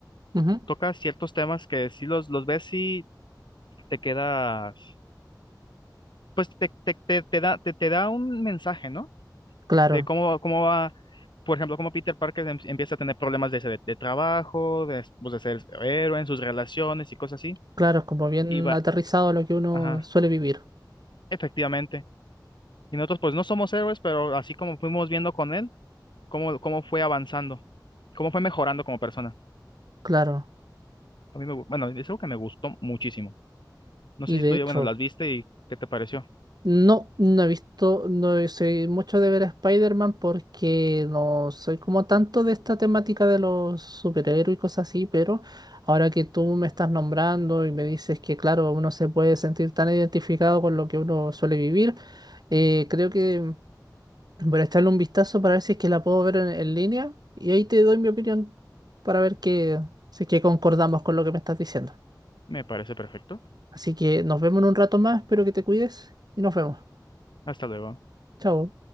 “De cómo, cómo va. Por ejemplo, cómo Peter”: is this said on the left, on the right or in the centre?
Left